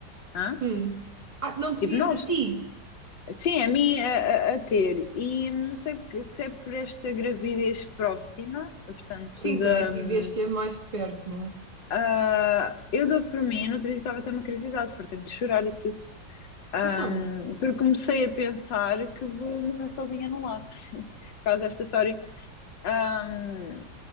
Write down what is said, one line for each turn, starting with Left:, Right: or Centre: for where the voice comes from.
Left: Hã?
Right: Hum. Ah, não te
Left: Tipo,
Right: vias
Left: nós.
Right: a ti?
Left: Sim, a mim a, a- a ter. E hum, não sei porque- se é por esta gravidez próxima, portanto,
Right: Sim,
Left: da.
Right: também viveste-a
Left: hum,
Right: mais de perto, não é?
Left: ah, eu dou por mim, eu no outro dia estava a ter uma curiosidade, portanto, de chorar e tudo. Hum,
Right: Então,
Left: porque comecei a pensar que vou morrer sozinha num lar, <laughs> por causa desta história. Hum,